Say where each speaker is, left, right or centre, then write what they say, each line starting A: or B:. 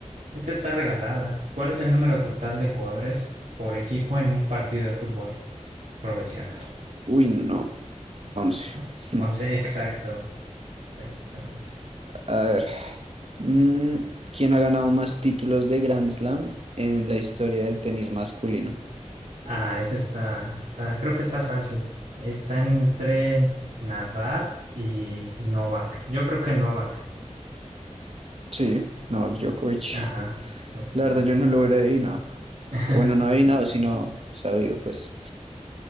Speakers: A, on the right; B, on the right.
A: Esta está regalada. ¿Cuál es el número total de jugadores por equipo en un partido de fútbol profesional?
B: Uy, no, once
A: ¿No?
B: <laughs>
A: 11, <laughs> exacto. Exacto, son 11.
B: A ver. mm, ¿quién ha ganado más títulos de Grand Slam en la historia del tenis masculino?
A: Ah, esa está, está, creo que está fácil. Está entre Nadal y Novak. Yo creo que Novak.
B: Sí, Novak Djokovic.
A: Ajá, justamente.
B: La verdad, yo no lo hubiera adivinado.
A: <laughs>
B: Bueno, no adivinado, sino sabido, pues.